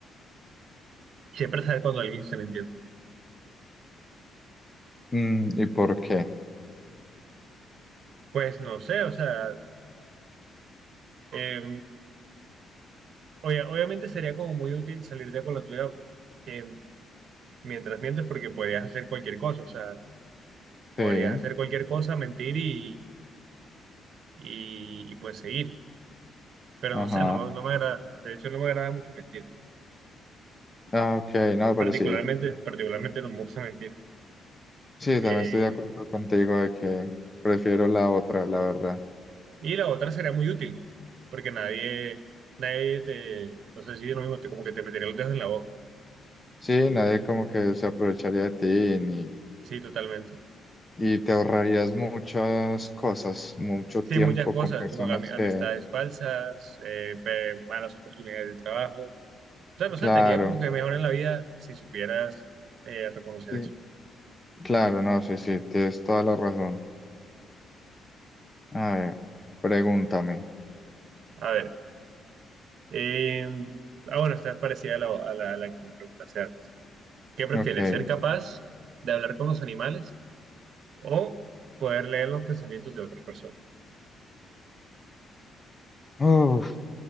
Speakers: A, on the right; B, on the left.
A: siempre sabes cuando alguien se me
B: Mm, ¿y por qué?
A: Pues no sé, o sea, eh, obvia- obviamente sería como muy útil salir de con la tuya eh, mientras mientes porque podrías hacer cualquier cosa, o sea, podrías
B: Sí.
A: hacer cualquier cosa, mentir y, y, y, pues seguir. Pero
B: Ajá.
A: no sé, no me, no me agrada, de hecho no me agrada mucho mentir,
B: Ah, ok, no,
A: particularmente,
B: pero sí.
A: particularmente no me gusta mentir.
B: Sí,
A: Eh,
B: también estoy de acuerdo contigo de que prefiero la otra, la verdad.
A: y la otra sería muy útil, porque nadie, nadie te, no sé si es lo mismo, te, como que te metería los dedos en la boca.
B: Sí, nadie como que se aprovecharía de ti ni,
A: Sí, totalmente.
B: y te ahorrarías muchas cosas, mucho
A: Sí,
B: tiempo
A: muchas cosas,
B: con personas
A: como ami-
B: que,
A: amistades falsas, eh, pe- malas oportunidades de trabajo. O sea, no sé,
B: claro,
A: te haría como que mejor en la vida si supieras eh, reconocer
B: sí,
A: eso.
B: claro, no, sí, sí, tienes toda la razón. A ver, pregúntame.
A: A ver, eh, ah, bueno, esta es parecida a la, a la, a la que me preguntaste antes. ¿Qué prefieres,
B: Ok.
A: ser capaz de hablar con los animales o poder leer los pensamientos de otras personas?
B: Uf,